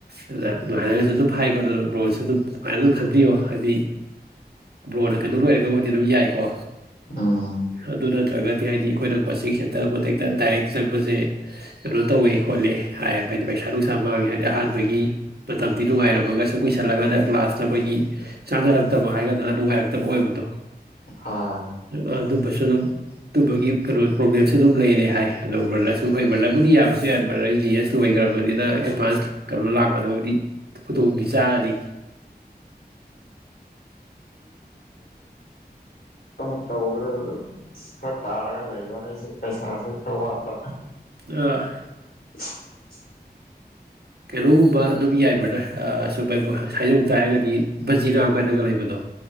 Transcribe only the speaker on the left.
ꯎꯝ
ꯍꯣꯏ
ꯑꯗꯨ ꯇꯧꯒꯗꯕꯗ ꯐꯔꯛ ꯇꯥꯔꯒ ꯂꯩꯕ ꯑꯩꯁꯦ ꯄꯩꯁꯥꯁꯦ ꯈꯔ ꯋꯥꯠꯄ
<inaudible>